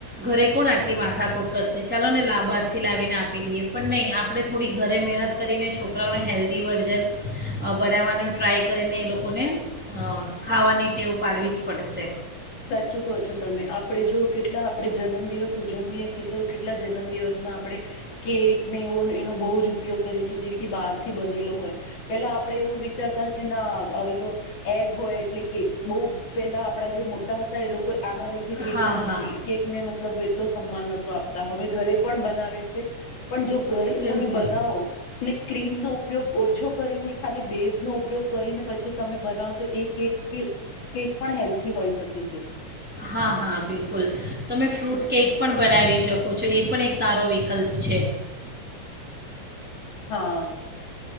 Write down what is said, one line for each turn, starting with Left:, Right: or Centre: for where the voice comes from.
Centre: ઘરે કોણ આટલી માથાકૂટ કરશે ચાલો નેા બહારથી લાવીને આપી દઈએ. પણ નહીં આપણે મહેનત કરીને છોકરાઓને હેલ્ધી વર્ઝન બનાવવાનું ટ્રાય કરીને એ લોકોને ખાવાની ટેવ પાડવી જ પડશે.
Left: સાચું કહો છો તમે આપડે જો કેટલા આપડે જન્મદિવસ ઉજવીએ છએ તો કેટલા જન્મ દિવસ. માં આપણે કે ને એવો એનો બહુ જ ઉપયોગ કરે છે, જે બહાર થી બનેલો હોય પેલા આપણેે એવું વિચારતા કે ના હવે તો એગ હોય એટલે કે બહુ પેલા આપડા જે મો હતા એ લોકો આના લીધે કેકને
Centre: હા હા
Left: કેકને મતલબ એટલો સન્માન નહોતો આપ હવે ઘરે પણ બનાવે છે, પણ જો ઘરે
Centre: બિલકુલ
Left: તમે બનાવો ને ક્રીમ નો ઉપયોગ ઓછો કરીને ખાલી બેઝ નો ઉપયોગ કરીને પછી તમે બનાવો તો એ કેક કેક પણ હેલ્થી હોય શકે. છે
Centre: હા હા બિલકુલ તમે ફ્રૂટ કેક પણ બનાવી શકો છો એ પણ એક સારો વિકલ્પ છે.
Left: હા